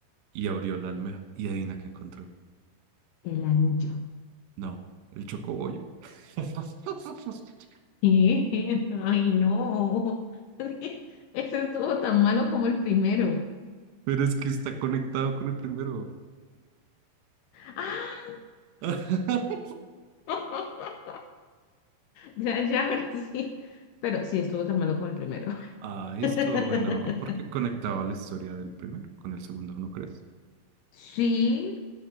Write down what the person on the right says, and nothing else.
y abrió la almeja y adivina que encontró.
No, el chocobollo. <laughs>
Pero es que está conectado con el primero.
<laughs>
Ah, estuvo
bueno, porque conectaba la historia del primero con el segundo, ¿no crees?